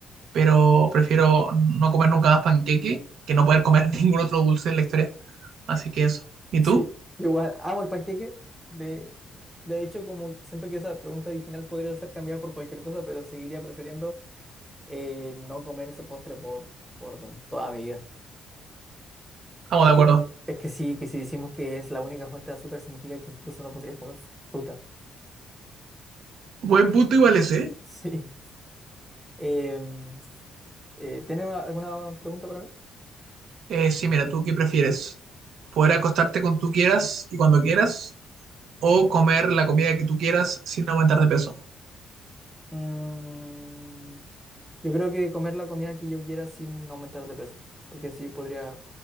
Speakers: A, on the right (about 75°); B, in the centre.
A: pero prefiero no comer nunca más panqueque que no poder comer <laughs> ningún otro dulce en la historia. Así que eso. ¿Y
B: Sí,
A: tú?
B: igual amo el panqueque. De, de hecho, como siento que esa pregunta original podría ser cambiada por cualquier cosa, pero seguiría prefiriendo eh, no comer ese postre por, por toda mi vida.
A: Estamos
B: Es
A: de acuerdo.
B: que, es que sí, que si decimos que es la única fuente de azúcar significa que incluso no podrías comer fr- fruta.
A: Buen punto igual ese.
B: <laughs> Sí. Em, eh, ¿tienes una- alguna pregunta para mí?
A: Eh, sí, mira, ¿tú qué prefieres? ¿Poder acostarte con tú quieras y cuando quieras? ¿O comer la comida que tú quieras sin aumentar de peso?
B: Mm, yo creo que comer la comida que yo quiera sin aumentar de peso, porque así podría,